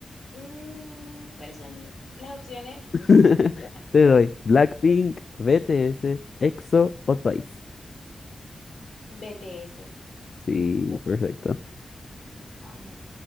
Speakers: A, on the left; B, on the left.
A: Mm, ¿cuáles son las opciones? <laughs>
B: <laughs>
A: Mentira.
B: Te doy Blackpink, BTS, EXO o Twice.
A: BTS,
B: Sí, perfecto.
A: amo.